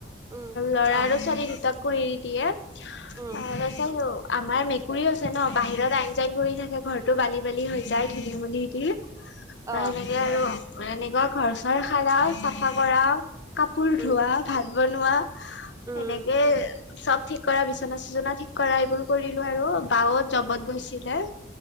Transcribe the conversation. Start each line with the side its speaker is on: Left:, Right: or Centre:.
Right: উম
Left: ল'ৰা
Right: অ
Left: আৰু ছোৱালী দুটাকো এৰি দিয়ে, অহ,
Right: উম
Left: তাৰপিছত আৰু আমাৰ মেকুৰি আছে ন' বাহিৰত আইন-চাইন কৰি থাকে, ঘৰৰতটো বালি-বালি হৈ যায় ধূলি-বালি দি।
Right: অ
Left: তাৰপিছত সেনেকে আৰু এনেকুৱা ঘৰ-চৰ সাৰা চাফা কৰা কাপোৰ
Right: উম
Left: ধোৱা। ভাত বনোৱা, সেনেকে
Right: উম
Left: চব ঠিক কৰা। বিচনা-চিচনা ঠিক কৰা। এইবোৰ কৰিলো আৰু। বা ও জবত গৈছিলে।